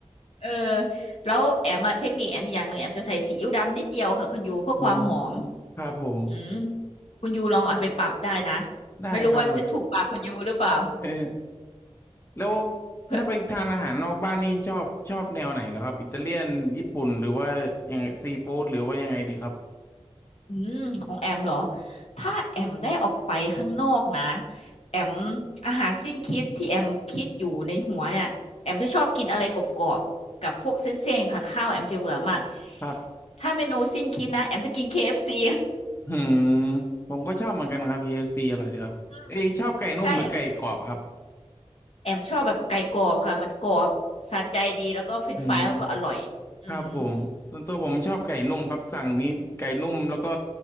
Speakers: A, on the left (about 65°); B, on the left (about 20°).
A: เออแล้วแอมอะเทคนิคแอมอย่างหนึ่งแอมจะใส่ซีอิ๊วดำนิดเดียวค่ะคุณยูเพื่อความหอม
B: อืมครับผม
A: อืมคุณยูลองเอาไปปรับได้นะ
B: ได้ครับ
A: ไม่รู้ว่าจะถูกปากคุณยูหรือเปล่า
B: <laughs> แล้ว
A: เพื่อ
B: ถ้าไปทานอาหารนอกบ้านนี่ชอบชอบแนวไหนเหรอครับอิตาเลียนญี่ปุ่นหรือว่ายังไงซีฟู้ดหรือว่ายังไงดีครับ
A: อืมอืมของแอมเหรอถ้าแอมได้ออกไปข้างนอกนะแอมอาหารสิ้นคิดที่แอมคิดอยู่ในหัวเนี่ยแอมจะชอบกินอะไรกรอบๆกับพวกเส้นๆค่ะข้าวแอมจะเบื่อมาก
B: ครับ
A: ถ้าเมนูสิ้นคิดนะแอมจะกินเคเอฟซี
B: หืมผมก็ชอบเหมือนกันครับ KFC อฟซีอร่อยดีครับเอยชอบไก่นุ่มหรือไก่กรอบครับ
A: อืมใช่ แอมชอบแบบไก่กรอบค่ะมันกรอบสะใจดีแล้วก็เฟรนช์ฟรายเขาก็อร่อย
B: อืม
A: อืม
B: ครับผมส่วนตัวผมชอบไก่นุ่มครับสั่งนี้ไก่นุ่มแล้วก็